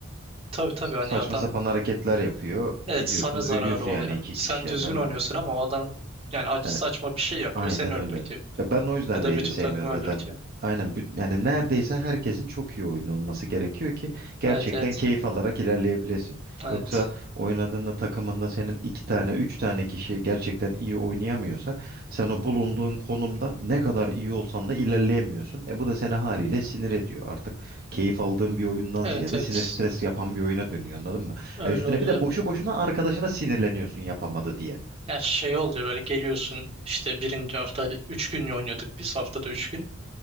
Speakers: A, on the right (about 30°); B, on the right (about 50°).
A: tabii tabii
B: Saçma
A: hani adam
B: sapan hareketler yapıyor.
A: evet
B: Gidiyorsun
A: sana zararı
B: ölüyorsun
A: oluyor.
B: yani iki
A: Sen
B: kişi
A: düzgün
B: anladın
A: oynuyorsun
B: mı?
A: ama o adam yani aç,
B: Yani.
A: saçma bir şey yapıyor
B: Aynen
A: seni öldürtüyor.
B: öyle. Ya ben o yüzden
A: Ya da
B: Raid'i
A: bütün
B: sevmiyorum
A: takımı
B: zaten.
A: öldürtüyor.
B: Aynen bü- yani neredeyse herkesin çok iyi oyunu olması gerekiyor ki gerçekten
A: Evet evet.
B: keyif alarak ilerleyebilesin.
A: Evet.
B: Yoksa oynadığında takımında senin iki tane, üç tane kişi gerçekten iyi oynayamıyorsa sen o bulunduğun konumda ne kadar iyi olsan da ilerleyemiyorsun. E bu da seni haliyle sinir ediyor. Artık keyif aldığın bir oyundan
A: Evet
B: ziyade
A: evet.
B: sinir stres yapan bir oyuna dönüyor anladın mı?
A: Öyle
B: Ha üstüne
A: oluyor.
B: bir de boşu boşuna arkadaşına sinirleniyorsun yapamadı diye.
A: Ya şey oluyor böyle geliyorsun işte birinci hafta hadi 3 gün oynuyorduk biz haftada 3 gün.